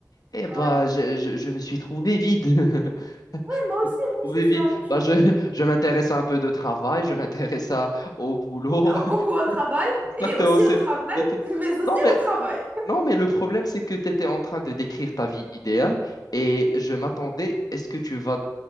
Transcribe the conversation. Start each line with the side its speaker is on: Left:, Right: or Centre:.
Left: Eh bah
Right: Ouais.
Left: je, je, je me suis trouvé vide. <laughs>
Right: Oui, moi aussi, moi aussi,
Left: Trouvé vide.
Right: c'est la même chose.
Left: Bah je, je m'intéresse à un peu de travail, je m'intéresse à au boulot.
Right: Euh,
Left: <laughs>
Right: Beaucoup au travail et
Left: Exactement.
Right: aussi
Left: C'est,
Right: au travail,
Left: c'est-
Right: <laughs> mais aussi
Left: non, mais
Right: au travail.
Left: non, mais le problème, c'est que tu étais en train de décrire ta vie idéale et je m'attendais, est-ce que tu vas,